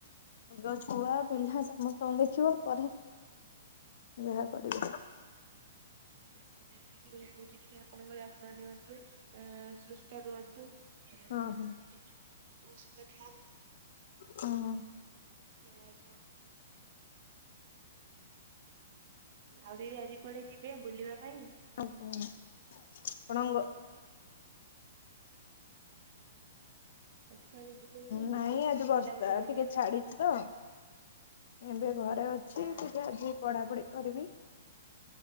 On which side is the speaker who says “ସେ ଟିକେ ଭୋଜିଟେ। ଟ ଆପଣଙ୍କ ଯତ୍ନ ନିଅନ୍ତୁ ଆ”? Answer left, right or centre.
Right